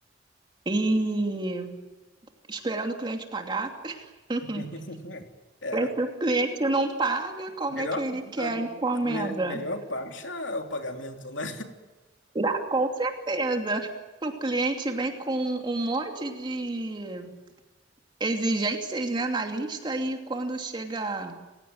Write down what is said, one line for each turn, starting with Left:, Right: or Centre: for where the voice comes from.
Right: E esperando o cliente pagar. <laughs>
Left: <laughs>
Right: Se
Left: é, a
Right: o cliente não paga, como
Left: melhor,
Right: é que ele quer
Left: a
Right: a
Left: me-
Right: encomenda?
Left: a me- melhor parte é o pagamento, né?
Right: Ah, com certeza. <laughs> O cliente vem com um monte de exigências, né, na lista e quando chega